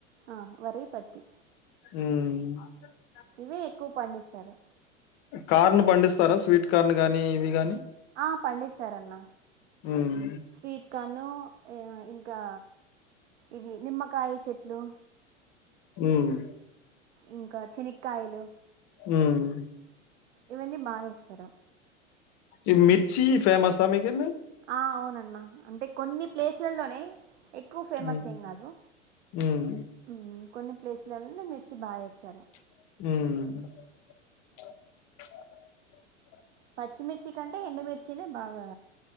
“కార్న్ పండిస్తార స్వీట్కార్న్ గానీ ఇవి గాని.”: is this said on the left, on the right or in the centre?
Left